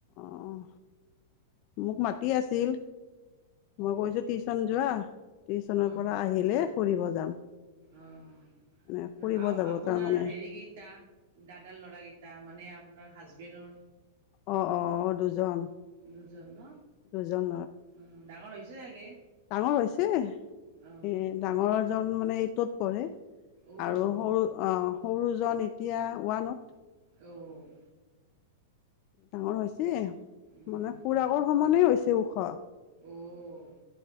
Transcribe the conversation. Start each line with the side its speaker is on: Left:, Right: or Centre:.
Left: অঁ। মোক মাতি আছিল, মই কৈছো টিউচন যোৱা টিউচনৰ
Right: অঁ
Left: পৰা
Right: অঁ
Left: আহিলে ফুৰিব যাম।
Right: অঁ,
Left: এনে ফুৰিব যাব
Right: আপোনাৰ
Left: তাৰমানে
Right: হেৰি কেইটা, দাদাৰ ল'ৰাকেইটা মানে আপোনাৰ হাজবেণ্ডৰ
Left: অ' অ' অ' দুজন,
Right: দুজন ন
Left: দুজন
Right: অ', <unintelligible>
Left: ডাঙৰ হৈছে। এ
Right: অ',
Left: ডাঙৰ জন মানে এইটত পঢ়ে।
Right: অ',
Left: আৰু সৰু অ'। সৰুজন এতিয়া ওৱানত।
Right: অ'।
Left: ডাঙৰ হৈছে!
Right: উম,
Left: মানে খুৰাকৰ সমানেই হৈছে। <unintelligible> ওখ।
Right: অ'।